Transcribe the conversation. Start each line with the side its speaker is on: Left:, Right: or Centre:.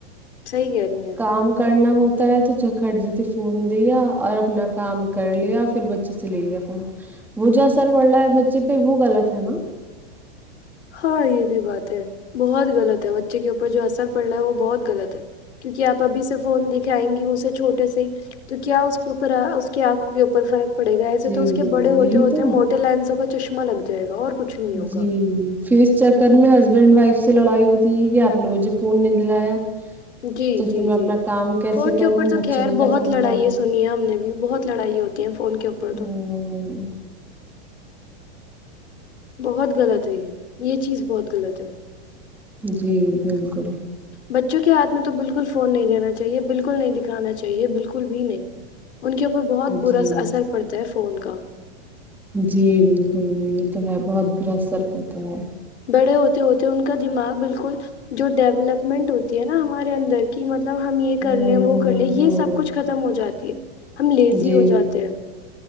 Left: صحیح کہہ رہی ہیں
Centre: کام کرنا ہوتا ہوتا ہے تو چکھٹ جتی فون دیا اور اپنا کام کر لیا پھر بچے سے لے لیا فون وہ جو اثر پڑ رہا ہے بچے پہ وہ غلط ہے نا
Left: ہاں یہ بھی بات ہے بہت غلط ہے بچے کے اوپر جو اثر پڑ رہا ہے وہ بہت غلط ہے کیونکہ آپ ابھی سے فون دکھ آئیں گی اسے چھوٹے سے ہی تو کیا اس کے اوپر اس کی آنکھوں کے اوپر فرق پڑے گا ایسے
Centre: جی
Left: تو اس کے بڑے ہوتے
Centre: یہی
Left: ہوتے
Centre: تو
Left: ہیں موٹے لینسوں کا چشم لگ جائے گا اور کچھ نہیں ہوگا
Centre: جی۔ پھر اس چکر میں ہسبینڈ وائف میں لڑای۔ اپ نے مجھے فون نہیں دلایا۔
Left: جی
Centre: تو
Left: جی
Centre: پھر میں اپنا
Left: جی
Centre: کام کیسے
Left: فون
Centre: کروں
Left: کے اوپر تو
Centre: بچوں
Left: خیر
Centre: کو
Left: بہت
Centre: کیسے
Left: لڑائیں
Centre: دکھاؤں
Left: سنی ہیں ہم نے بھی بہت لڑائی ہوتی ہیں فون کے اوپر
Centre: ہ
Left: تو۔ بہت غلط ہے یہ یہ چیز بہت غلط ہے۔
Centre: جی بلکل۔
Left: بچوں کے ہاتھ میں تو بالکل فون نہیں دینا چاہیے بالکل نہیں دکھانا چاہیے بالکل بھی نہیں۔ ان کے اوپر بہت
Centre: جی
Left: برا اثر پڑتا ہے فون کا۔
Centre: جی بالکل یہ تو ہے بہت۔ اثر پڑتا ہے۔
Left: بڑے ہوتے ہوتے ان کا دماغ بالکل جو ڈیولپمنٹ ہوتی ہے نا ہمارے اندر کی مطلب۔ مطلب ہم یہ کر
Centre: ہوں
Left: لیں وہ کر لیں یہ
Centre: ہوں
Left: سب کچھ ختم ہو جاتی ہے۔ ہم لیزی
Centre: جی
Left: ہو جاتے ہیں۔